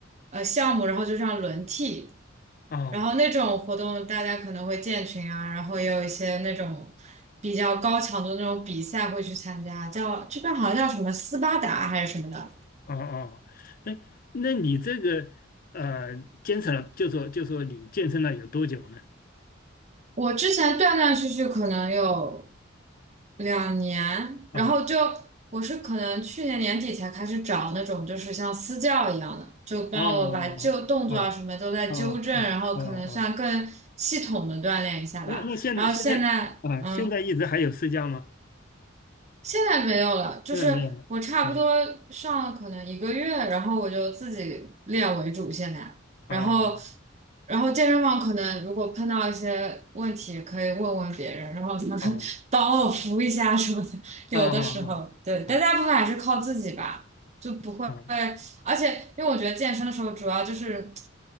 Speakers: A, on the right; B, on the left.
A: 呃项目，然后就这样轮替。
B: 哦
A: 然后那种活动大家可能会建群啊，然后也有一些那种比较高强度的那种比赛会去参加，叫这边好像叫什么斯巴达还是什么的。
B: 哦哦，哎，那你这个呃，坚持了，就说就说你健身了有多久呢？
A: 我之前断断续续可能有两年，然后就
B: 啊
A: 我是可能去年年底才开始找那种就是像私教一样的，就帮我把旧动作啊什么都在纠正，
B: 哦哦哦哦哦哦哦，
A: 然后可能算更系统的锻炼一下吧。
B: 那那现在现在啊，
A: 然后现在，嗯。
B: 现在一直还有私教吗？
A: 现在没有了，就是我差不多上了可能一个月，
B: 现在没有了。啊
A: 然后我就自己练为主现在，
B: 哦
A: 然后然后健身房可能如果碰到一些问题，可以问问别人，然后他们
B: 哦
A: <laughs> 帮我扶一下什么的，有的时候对，
B: 哦哦哦
A: 但大部分还是靠自己吧，就不会，
B: 哦。
A: 而且因为我觉得健身的时候主要就是。